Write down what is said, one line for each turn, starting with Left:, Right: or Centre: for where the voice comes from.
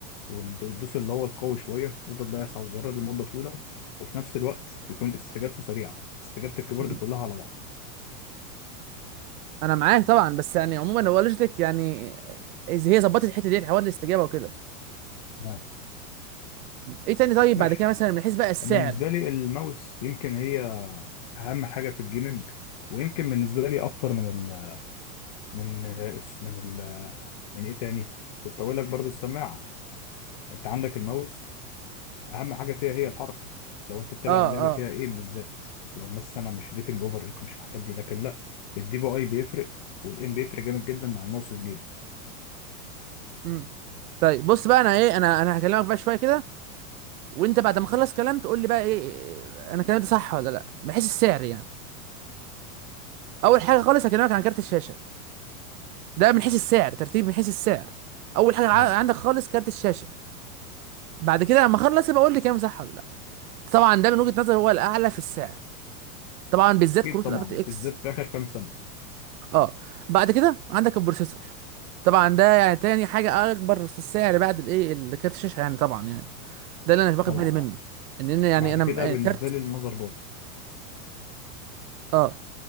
Left: والدوس اللي هو القوي شوية تفضل دايس على الزرار لمدة طويلة وفي نفس الوقت يكون استجابته سريعة استجابة الكيبورد
Right: مم.
Left: كلها على بعض
Right: انا معاك طبعا بس يعني عموما هو لوجيتك يعني إذا هي ظبطت الحته ديت حوار الاستجابه وكده
Left: تمام
Right: ايه تاني طيب
Left: ماشي
Right: بعد كده مثلا من حيث بقى السعر
Left: بالنسبة لي الماوس يمكن هي أهم حاجة في الجيمنج ويمكن بالنسبة لي أكتر من ال من من ال من إيه تاني كنت أقول لك برضو السماعة أنت عندك الماوس اهم حاجه فيها هي الحركه لو انت بتلعب
Right: اه
Left: اللعبه
Right: اه
Left: فيها ايه بالذات لو مثلا مش جيتنج اوفر ايت مش الحاجات دي لكن لا الدي بي اي بيفرق والايم بيفرق جامد جدا مع الماوس والجيم
Right: امم طيب بص بقى انا ايه انا انا هكلمك بقى شويه كده وانت بعد ما اخلص كلام تقول لي بقى ايه إيه، انا كلامي ده صح ولا لا من حيث السعر يعني اول حاجه خالص هكلمك عن كارت الشاشه ده من حيث السعر ترتيب من حيث السعر اول حاجه ع-
Left: تمام
Right: عندك خالص كارت الشاشه بعد كده لما اخلص يبقى قول لي كام صح ولا لا طبعا ده من وجهه نظري هو الاعلى في السعر طبعا بالذات
Left: اكيد
Right: كروت
Left: طبعا
Right: الار تي اكس
Left: بالذات في اخر كام سنه
Right: اه بعد كده عندك البروسيسور طبعا ده يعني تاني حاجه اكبر في السعر بعد الايه الكارت الشاشه يعني طبعا يعني ده اللي انا باخد
Left: طبعا
Right: بالي منه
Left: اه
Right: ان ان يعني
Left: بعد
Right: انا
Left: كده
Right: م- آه،
Left: بالنسبه
Right: كارت
Left: لي المذر بورد
Right: اه